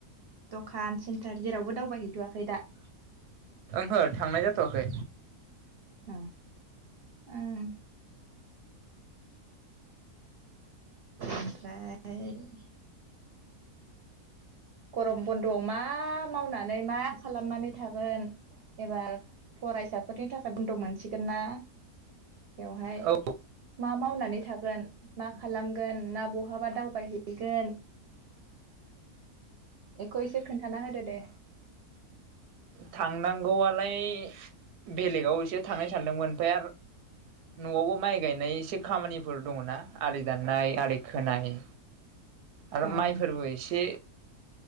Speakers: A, on the right; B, on the right.
A: दखान सेन्टार जेरावबो दावबायहैथ'आखै दा
B: ओहो थांनाय जाथ'वाखै
A: उम उम ओमफ्राय गरम बन्द'आव मा मावनानै मा खालामनानै थागोन एबार फरायसाफोरनि थाखाय बन्द' मोनसिगोन ना बेवहाय
B: औ
A: मा माव नानै थागोन मा खालामगोन ना बहाबा दावबायहैगोन बेखौ एसे खोन्थाना होदो दे
B: थांनांगौआलाय बेलेगाव एसे थांनो सानदोंमोन ओमफ्राय आरो न'आवबो माइ गायनाय एसे खामानिफोर दङना आलि दाननाय आलि खोनाय
A: <inaudible>
B: आरो
A: ओं
B: माइफोरबो एसे